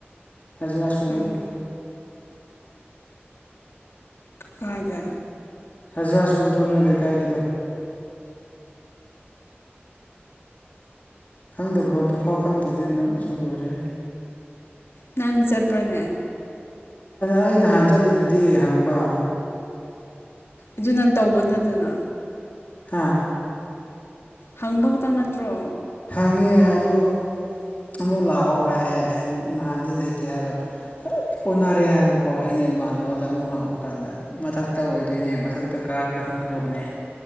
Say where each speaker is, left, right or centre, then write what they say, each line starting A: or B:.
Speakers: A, on the left; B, on the left.
A: ꯍꯧꯖ ꯑ ꯁꯨꯕꯗꯣ
B: ꯀꯩꯅꯣ ꯀꯥꯏꯗ
A: ꯍꯖꯔꯥ ꯁꯨꯕꯗꯣ ꯅꯣꯏ ꯂꯩꯀꯥꯏꯒꯤꯗꯣ ꯈꯪꯗꯕ꯭ꯔꯣ ꯑꯗꯨꯐꯥꯎ ꯈꯪꯗ꯭ꯔꯗꯤ ꯅꯛꯅꯁꯨ ꯂꯣꯏꯔꯦ
B: ꯅꯪ ꯆꯠꯄ꯭ꯔꯣꯅꯦ
A: ꯑꯩ ꯅꯍꯥꯟ ꯆꯠꯂꯤꯗꯨꯗꯤ ꯍꯪꯕ
B: ꯑꯗꯨꯅ ꯇꯧꯕ ꯅꯠꯇꯅ
A: ꯍꯥꯥ
B: ꯍꯪꯕ ꯈꯛꯇꯪ ꯅꯠꯇ꯭ꯔꯣ
A: ꯍꯪꯉꯤ ꯑꯗꯨ ꯑꯃꯨꯛ ꯂꯥꯛꯑꯣ ꯍꯥꯏꯌꯦ ꯅꯍꯥꯟꯗꯤ ꯂꯩꯇꯦ ꯍꯥꯏꯕ ꯑꯣꯟꯅꯔꯦ ꯍꯥꯏꯕꯀꯣ ꯑꯩꯅ ꯏꯃꯥꯟꯅꯕꯗ ꯑꯃꯨꯛ ꯍꯪꯕ ꯀꯥꯟꯗ ꯃꯊꯛꯇ ꯑꯣꯏꯗꯣꯏꯅꯦ ꯃꯊꯛꯇ ꯀꯥꯔꯒ ꯍꯪꯒꯗꯧꯕꯅꯦ